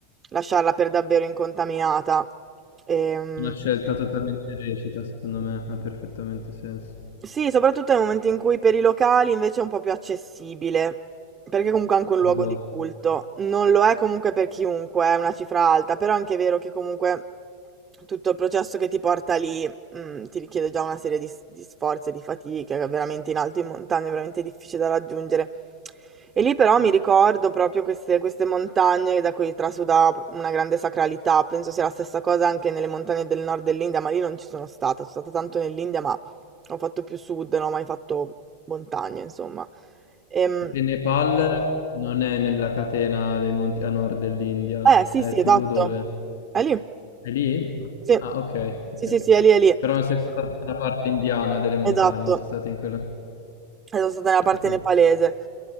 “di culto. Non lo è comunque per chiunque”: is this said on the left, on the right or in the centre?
Right